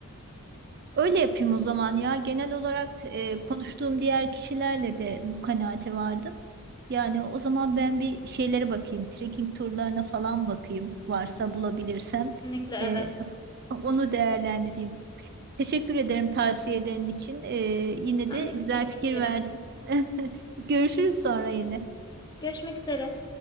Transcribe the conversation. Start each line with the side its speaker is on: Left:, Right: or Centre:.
Right: Öyle yapayım o zaman ya. Genel olarak e, konuştuğum diğer kişilerle de bu kanaate vardım. Yani o zaman ben bir şeylere bakayım. Trekking turlarına falan bakayım. Varsa bulabilirsem.
Left: Kesinlikle evet.
Right: Ee, <laughs> onu değerlendireyim. Teşekkür ederim tavsiyelerin için. Ee, yine
Left: Ben
Right: de
Left: de
Right: güzel
Left: teşekkür
Right: fikir
Left: ederim.
Right: verdin. <laughs> Görüşürüz sonra yine.
Left: Görüşmek üzere.